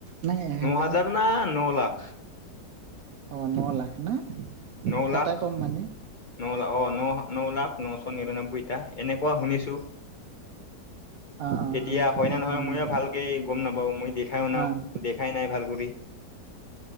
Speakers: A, on the right; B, on the left.
A: নাই এহেজাৰ
B: ন হাজাৰ না ন লাখ?
A: অ', ন লাখ ন
B: ন লাখ
A: এটা কম মানে।
B: ন' লা, অ', ন', ন' লাখ নশ নিৰান্নব্বৈটা এনেকুৱা শুনিছো।
A: অ', অ', অ',
B: এতিয়া হয়
A: সেনেকুৱা
B: নে, নহয়
A: মই
B: মইও ভালকে গম নাপাওঁ, মই দেখাই নাও
A: অ'।
B: দে খাই নাই, ভাল কৰি।